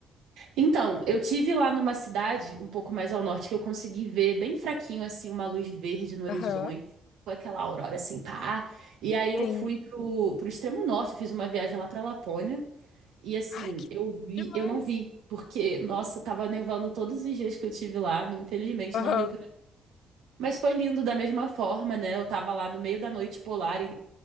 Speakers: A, on the right (about 80°); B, on the left (about 70°).
A: Então, eu tive lá numa cidade um pouco mais ao norte que eu consegui ver bem fraquinho assim uma luz verde no horizonte,
B: Aham.
A: foi aquela aurora assim, pá. E aí eu
B: Sim.
A: fui pro, pro extremo norte, eu fiz uma viagem lá pra Lapônia e assim,
B: Ai, que
A: eu vi,
B: demais.
A: eu não vi porque nossa, tava nevando todos os dias que eu tive lá, não- infelizmente
B: Aham.
A: não deu pra. Mas foi lindo da mesma forma, né? Eu tava lá no meio da noite polar e